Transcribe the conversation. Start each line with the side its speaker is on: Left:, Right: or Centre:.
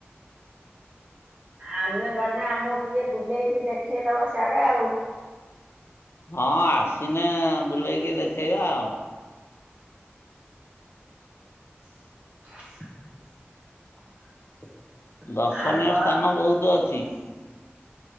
Right: ଆମେ ଗଲେ ଆମକୁ ଟିକେ ବୁଲେଇକି ଦେଖେଇଦବା ସିଆଡେ ଆଉ।
Left: ହଁ ଆସିନେ ବୁଲେଇକି ଦେଖେଇବା ଆଉ।
Right: <inaudible>
Left: ଦର୍ଶନୀୟ
Right: ଆଉ କଣ
Left: ସ୍ଥାନ ବହୁତ ଅଛି ।